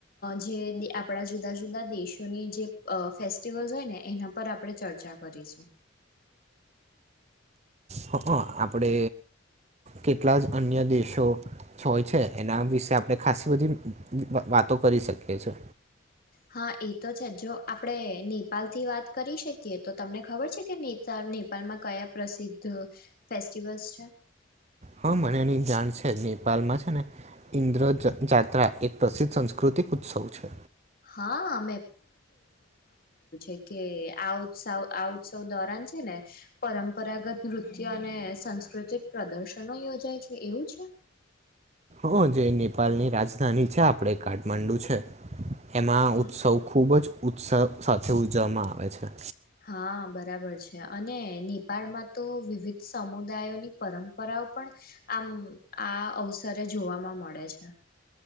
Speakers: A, on the left; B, on the right.
A: જે આપણા જુદા-જુદા દેશોની જે અ ફેસ્ટિવલ હોય ને એના પર આપણે ચર્ચા કરીશું.
B: હંઅ આપડે કેટલા જ અન્ય દેશો હોય છે એના વિશે આપણે ખાસ બધી વા વાતો કરી શકીએ છે.
A: હા એ તો છે જ જો આપડે નેપાલ થી વાત કરી શકીએ તો તમને ખબર કે <unintelligible> નેપાળમાં કયા પ્રસિદ્ધ ફેસ્ટિવલ્સ છે.
B: હા મને એની જાણ છે જ નેપાલમાં છે ને ઇન્દ્ર જ જાત્રા એક પ્રસિદ્ધ સંસ્કૃતિક ઉત્સવ છે.
A: હા એ કે આ ઉત્સવ આ ઉત્સવ દોરાન છે ને પરંપરાગત નૃત્ય અને સાસ્કૃતિક પ્રદર્શનો યોજાય છે એવું છે?
B: હં જે નેપાલની રાજધાની છે આપડે કાઠમંડુ છે. એમાં
A: હા
B: ઉત્સવ ખૂબ જ ઉત્સવ સાથે ઉજવવામાં આવે છે.
A: હા બરાબર છે અને નેપાળમાં તો વિવિધ સમુદાયોની પરંપરાઓ પણ આમ આ અવસરે જોવામાં મળે છે